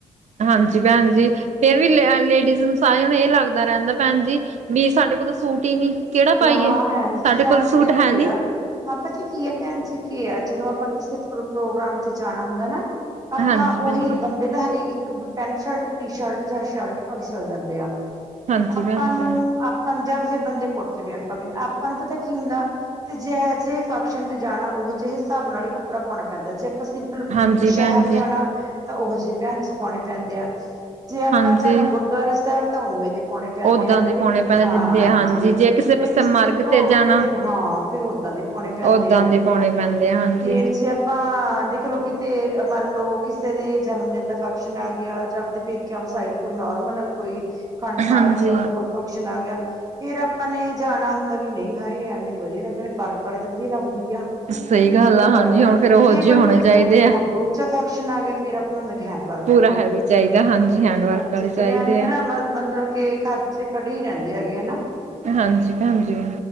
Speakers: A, on the right; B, on the right.
A: ਹਾਂਜੀ ਭੈਣ ਜੀ। ਫੇਰ ਵੀ ਲ ਲੇਡੀਜ਼ ਨੂੰ ਸਾਰਿਆਂ ਨੂੰ ਇਹ ਲੱਗਦਾ ਰਹਿੰਦਾ ਭੈਣ ਜੀ, ਵੀ ਸਾਡੇ ਕੋਲ ਸੂਟ ਹੀ ਨੀ। ਕਿਹੜਾ ਪਾਈਏ
B: ਨਾ ਐਹ ਨ
A: ਸਾਡੇ
B: ਜੀ ਟਾਇਮ
A: ਕੋਲ
B: ਤੇ
A: ਸੂਟ
B: ਕਿਹਦੇ
A: ਹੈ
B: ਕਿਹੜਾ।
A: ਨੀ
B: ਹਾਂ ਪਤਾ ਕੀ ਆ ਭੈਣ ਜੀ ਕੇ ਆ ਜਦੋਂ ਆਪਾਂ ਕਿਸੇ ਪ੍ਰੋਗਰਾਮ ਤੇ ਜਾਣਾ ਹੁੰਦਾ ਨਾ। ਆਪਾਂ
A: ਹਾਂਜੀ
B: ਉਹੀ
A: ਭੈਣ ਜੀ।
B: ਬੰਦੇ ਤਾਂ ਹਜੇ ਇੱਕ ਪੈਂਟ-ਸ਼ਰਟ, ਟੀ-ਸ਼ਰਟ ਜਾਂ ਸ਼ਰਟ ਪਾਕੇ ਚਲੇ ਜਾਂਦੇ ਆ।
A: ਹਾਂਜੀ
B: ਆਪਾਂ
A: ਭੈਣ
B: ਨੂੰ-
A: ਜੀ,
B: ਆਪਾਂ ਨੂੰ ਜਾਂ ਫੇਰ ਬੰਦੇ ਕੁੜਤੇ-ਪਜਾਮੇ ਪਾ ਕੇ ਆਪਾਂ ਨੂੰ ਪਤਾ ਕੀ ਹੁੰਦਾ। ਤੇ ਜੇ ਜਿਹੇ ਫੰਕਸ਼ਨ ਤੇ ਜਾਣਾ, ਉਹ ਜਿਹੇ ਹਿਸਾਬ ਨਾਲ ਹੀ ਕੱਪੜਾ ਪਾਉਣਾ ਪੈਂਦਾ, ਜੇ ਆਪਾਂ ਸਿਪ ਪਲ
A: ਹਾਂਜੀ
B: ਸ਼ਹਿਰ
A: ਭੈਣ ਜੀ,
B: ਜਾਣਾ ਤਾਂ ਉਹੋ ਜਿਹੇ ਭੈਣ ਜੀ ਪਾਉਣੇ ਪੈਂਦੇ ਆ। ਜੇ ਆਪਾਂ
A: ਹਾਂਜੀ।
B: ਜਾਣਾ ਗੁਰਦੁਆਰਾ ਸਾਹਿਬ ਤਾਂ ਉਵੇਂ ਦੇ ਪੌਣੇ ਪੈਂਦੇ
A: ਓਦਾਂ
B: ਆ,
A: ਦੇ ਪਾਉਣੇ ਪੈਣੇ
B: ਹਾਂ
A: ਦਿੰਦੇ ਆ ਹਾਂਜੀ
B: ਜੀ।
A: ਪਾਸੇ
B: ਜੇ ਕਿਸੇ
A: ਮਰਗ
B: ਦੇ ਭੋਗ
A: ਜਾਣਾ
B: ਤੇ ਹਾਂ ਫੇਰ ਓਦਾਂ ਦੇ ਪਾਉਣੇ ਪੈਂਦੇ
A: ਓਦਾਂ
B: ਆ,
A: ਦੇ ਪਾਉਣੇ ਪੈਂਦੇ ਆ ਹਾਂਜੀ,
B: ਫੇਰ ਜੇ ਅਪ ਪਾਂ ਦੇਖ ਲਓ, ਕਿਤੇ ਮੰਨ ਲਓ, ਕਿਸੇ ਦੇ ਜਨਮ ਦਿਨ ਦਾ ਫੰਕਸ਼ਨ ਆ ਗਿਆ ਜਾਂ ਆਪਦੇ ਪੇਕ ਸਾਈਡ ਕੋਈ ਨੋਰਮਲ ਕੋਈ ਖੰਡ ਪਾਠ
A: ਹਾਂਜੀ।
B: ਜਾਂ ਕੋਈ ਹੋਰ ਫੰਕਸ਼ਨ ਆ ਗਿਆ। ਫੇਰ ਆਪਾਂ ਨੇ ਜਾਣਾ ਹੁੰਦਾ ਵੀ ਨਹੀਂ ਹਾਏ ਐਵੇਂ ਨੀ ਵਧੀਆ ਲੱਗਣੇ, ਬਰਕ ਵਾਲੇ ਤਾਂ ਵਧੀਆ ਲੱਗਦੀ ਆ।
A: ਸਹੀ ਗੱਲ
B: ਥੋੜੇ
A: ਆ
B: ਬਰਕ
A: ਹਾਂਜੀ
B: ਆਲੇ
A: ਹੁਣ ਫੇਰ ਉਹੋ
B: ਜੇ
A: ਜਿਹੇ
B: ਕੋਈ
A: ਹੋਣੇ
B: ਵੱ
A: ਚਾਹੀਦੇ ਆ
B: ਉ ਦੋ 'ਚ'ਫੰਕਸ਼ਨ ਆ ਗਿਆ, ਫੇਰ ਅਪ ਹੁੰਦਾ ਕੀ ਹਾ ਵਰਕ
A: ਪੂਰਾ
B: ਉਹ ਵੀ,
A: ਹੈਵੀ ਚਾਹੀਦਾ ਹਾਂਜੀ ਹੈਂਡ ਵਰਕ
B: ਹਾਂਜੀ
A: ਵਾਲੇ ਚਾਹੀਦੇ
B: ਫੇਰ ਐਵੇਂ
A: ਆ
B: ਨਾ ਮ ਮ ਮਤਲਬ ਕੇ ਖਰਚ ਖੜੇ ਹੀ ਰਹਿੰਦੇ ਹੈਗੇ ਹੈਨਾ।
A: ਹਾਂਜੀ ਭੈਣ ਜੀ।